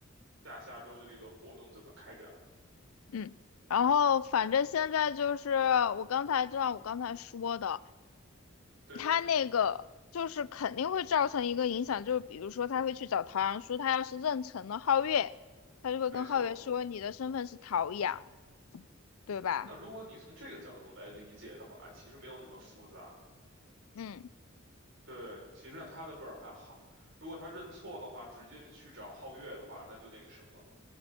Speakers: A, on the right; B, on the left.
A: 下下周的这个活动怎么开展。
B: <laughs> 嗯，然后反正现在就是我刚才就像我刚才说的，
A: 对，
B: 他那个就是肯定会造成一个影响，就是比如说他会去找陶阳叔，他要是认成了皓月，他就会跟皓月说你的身份是陶阳，
A: 没错。
B: 对吧？
A: 那如果你从这个角度来理解的话，其实没有那么复杂。
B: 嗯，
A: 对，其实呢，他的本儿还好，如果他认错的话，直接去找皓月的话，那就那个什么了嘛。